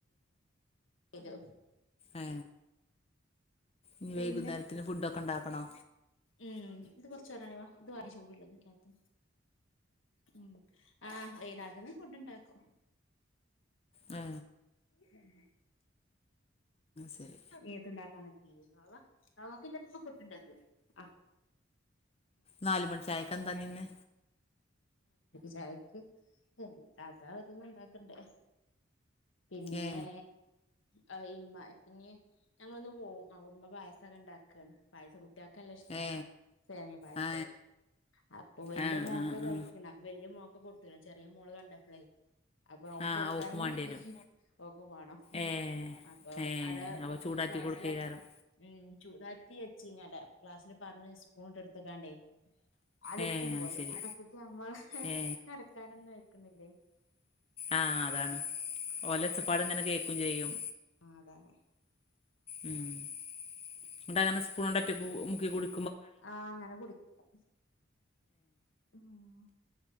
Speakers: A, on the left; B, on the left.
A: ഇത്
B: ഏ ഇനി
A: പിന്നെ
B: വൈകുന്നേരത്തിന് ഫുഡൊക്കെണ്ടാക്കണോ?
A: ഉം ഇത് കുറച്ചവരാണി വ ഇ ദവണ ചൂടുള്ളത് തായത് ഉം ആ വൈന്നാരത്തിന് ഫുഡുണ്ടാക്കും.
B: ആ
A: ഉം
B: ശരി
A: ഏത്ണ്ടാക്കാന് വാവ വാവക്കിന്റടുത്തിന്ന് കിട്ടുംപ്പ ആ
B: നാല് മണിച്ചായക്കെന്താ പിന്നെ?
A: ചായക്ക് എന്താ താത്ത ഓരോന്ന് ഇണ്ടാക്കണ്ട്‌. പിന്നേ.
B: ഏ
A: ആ ഇമ്മ പി ഞങ്ങളൊന്ന് പോവും അവ ഉമ്മ പായസൊക്കെ ഇണ്ടാക്കാണ് പായസു കു ട്ടാക്ക് ല്ല ഇഷ്ടാണ്
B: ഏ
A: സേമ്യാ പായസെ
B: ആ
A: അപ്പൊ വലിയോ
B: ആ
A: മോ
B: ആ ആ
A: ക്ക് വലിയ മോള്ക്ക് കൊടുത്ത് ചെറിയ മോള് കണ്ടപ്പളേ അപ്പൊ ഓക്ക്
B: ആ
A: കൊടുക്കാനും
B: ഓക്കും വാണ്ടി
A: മാണ്ടിട്ട്.
B: വരും
A: ഓക്കും വാണം
B: ഏ
A: അപ്പൊ
B: ഏ
A: അര
B: അപ്പൊ ചൂടാറ്റി
A: ക്ലാസിലാക്കി.
B: കൊടുക്കേകാരം
A: ഉം ചൂടാ. ത്തി വെച്ചീനാടെ പ്പൊ ഗ്ലാസ്സില് പാർന്ന് സ്പൂണ ഇട്ട് എടുത്തക്കാണ്ടേ അടെര്ത്തി
B: ഏ
A: പോന്ന്.
B: അത് ശരി
A: നമ്മള
B: ഏ
A: നടക്കാനൊന്നും അയിക്കുന്നില്ലേ.
B: ആ അതാണ് ഓലെച്ചപ്പാട് ഇങ്ങനെ കേൾക്കും ചെയ്യും.
A: ആഹ അതാണ്.
B: ഉം ട്ടങ്ങനെ സ്പൂണോണ്ട്‌ ഒറ്റക്ക് മുക്കി കുടി
A: ആഹ അങ്ങനെ കുടിക്കും. മ്ആഹ.